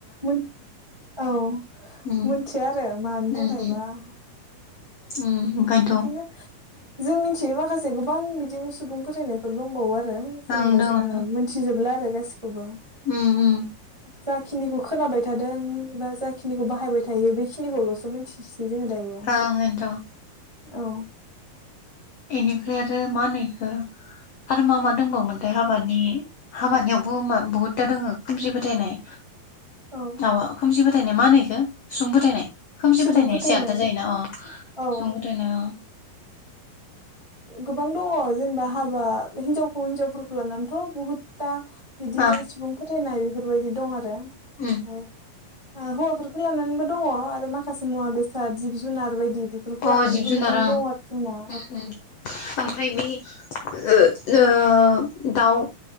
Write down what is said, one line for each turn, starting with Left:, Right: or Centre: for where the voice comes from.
Right: मोन औ
Left: उम
Right: मोनथिया आरो मानि
Left: उम
Right: थाखायबा
Left: उम
Right: <inaudible>
Left: उम ओंखायनोथ'
Right: बिदिनो
Left: ओं
Right: जों मिथियै माखासे गोबां बिदिनो सुबुं फोथायनायफोर दंबावो आरो
Left: दङ
Right: जेनेबा
Left: दा
Right: जोङो
Left: उम
Right: मोनथिजोबला आरो। दास अबा
Left: उम ओं
Right: जाखिनिखौ खोनाबाय थादों बा जाखिनिखौ बाहायबाय थायो बेखिनिखौलसो मिथिसै बेजों दायो।
Left: ओंखायनोथ'
Right: औ।
Left: बेनिफ्राय आरो मा होनो इखौ आरो मा मा दंबावोमथाय हाबानि हाबानियावबो बहुद था दङो खोमसि फोथायनाय।
Right: औ
Left: आ खोमसि फो फोथायनाय मा होनो इखो सुबुं फोथायनाय खोमसि
Right: सुबुं
Left: फोथायनाया
Right: फोथायनाय
Left: एसे आलदा जायोना अ
Right: औ
Left: सुबुं फोथायनाया
Right: गोबां दङ जेनेबा हाबा हिनजावखौ हिनजावफोरखौ लानानैथ बहुदथा । बिदि
Left: अ ओं
Right: सुबुं फोथायनाय। बेफोरबायदि दं आरो। <unintelligible>
Left: उम
Right: ओमफाय हौवाफोरखौ लानानैबो दङ आरो माखासे मुवा बेसाद जिब जुनार बायदि बेफोरखौ
Left: अ
Right: लानानैबो
Left: जिब जुनार
Right: गोबां दं आरो जोंना।
Left: ओं ओमफ्राय बि ओ ओ दाउ